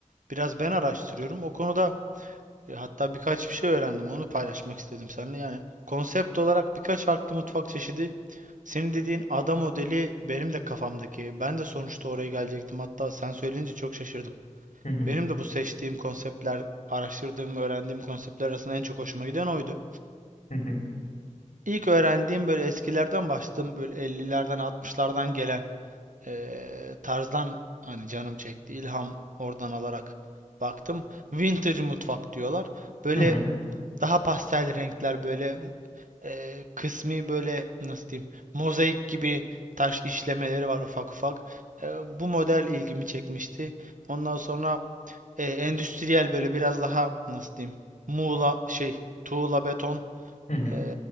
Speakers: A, on the right; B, on the left.
A: biraz ben araştırıyorum. O konuda e, hatta birkaç bir şey öğrendim. Onu paylaşmak istedim seninle. Yani konsept olarak birkaç farklı mutfak çeşidi. Senin dediğin ada modeli benim de kafamdaki. Ben de sonuçta oraya gelecektim. Hatta sen söyleyince çok şaşırdım.
B: hı hı,
A: Benim de bu seçtiğim konseptler, araştırdığım, öğrendiğim konseptler arasında en çok hoşuma giden oydu.
B: hı hı,
A: İlk öğrendiğim böyle eskilerden başladım. Böyle 50'lerden 60'lardan gelen eee, tarzdan hani canım çekti. İlham oradan alarak baktım. Vintage mutfak diyorlar. Böyle
B: hı hı,
A: daha pastel renkler böyle eee, kısmi böyle nasıl diyeyim mozaik gibi taş işlemeleri var ufak ufak. Eee, bu model ilgimi çekmişti. Ondan sonra e, endüstriyel böyle biraz daha nasıl diyeyim muğla şey tuğla beton
B: hı hı.
A: e,